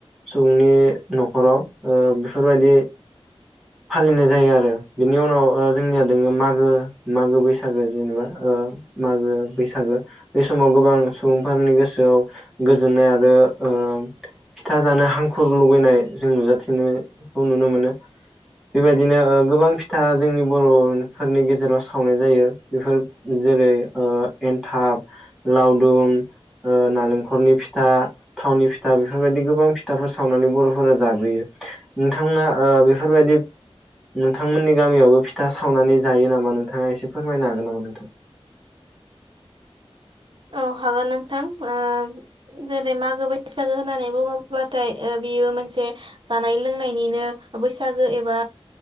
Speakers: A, in the centre; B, on the right.
A: सुबुंनि नखराव बेफोरबायदि फालिनाय जायो आरो बेनि उनाव जोंनिया दोङो मागो मागो बैसागो जेनेबा मागो बैसागो बे समाव गोबां सुबुंफोरनि गोसोआव गोजोननाय आरो ओ फिथा जानो हांखुर लुबैनाय जों नुजाथिनायखौ नुनो मोनो बेबायदिनो गोबां फिथा जोंनि बर'फोरनि गेजेराव सावनाय जायो बेफोर जेरै एन्थाब लावदुम नालेंखरनि फिथा थावनि फिथा बेफोरबायदि गोबां फिथाफोर सावनानै बर'फोरा जाबोयो नोंथांमोना बेफोरबायदि नोंथांमोननि गामियावबो फिथा सावनानै जायो नामा नोंथाङा एसे फोरमायनो हागोन नामा नोंथां
B: औ हागोन नोंथां ओ जेरै मागो बैसागो होननानै बुङोब्लाथाय बेयो मोनसे जानाय लोंनायनिनो बैसागो एबा